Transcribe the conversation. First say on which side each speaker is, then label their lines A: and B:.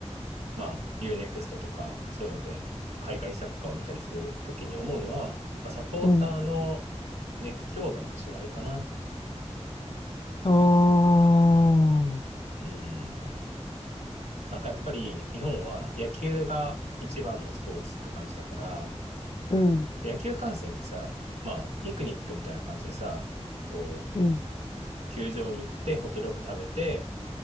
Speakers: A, on the right (about 70°); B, on the left (about 50°).
A: まあ u ネクストとかそういうので海外サッカーを見たりするときに思うのは、やっぱサポーターの
B: うん。
A: 熱狂度の違いかな。
B: ああ。
A: うん。なんかやっぱり日本は野球が一番のスポーツって感じだから、
B: うん。
A: で野球観戦ってさ、まあピクニックみたいな感じでさ、こう、
B: うん。
A: 球場に行ってホットドッグ食べて、